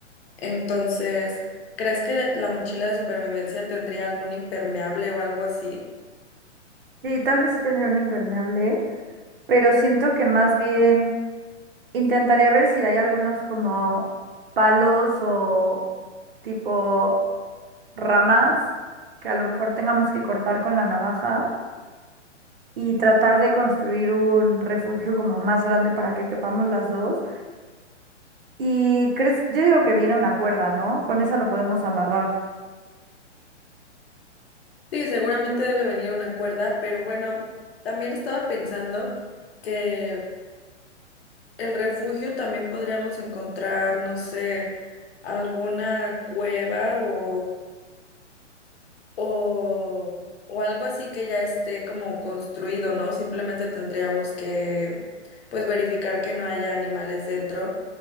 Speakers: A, on the left; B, on the right.
A: Entonces, ¿crees que le- la mochila de supervivencia tendría algún impermeable o algo así?
B: Sí, tal vez sí tendría un impermeable, pero siento que más bien intentaría ver si hay algunos como palos o tipo ramas que a lo mejor tengamos que cortar con la navaja y tratar de construir un refugio como más grande para que quepamos las dos. Y crees, yo digo que viene una cuerda, ¿no? Con esa lo podemos amarrar.
A: Sí, seguramente debe venir una cuerda, pero bueno, también estaba pensando que el refugio también podríamos encontrar, no sé, alguna cueva o O, o algo así que ya esté como construido, ¿no? Simplemente tendríamos que, pues, verificar que no haya animales dentro.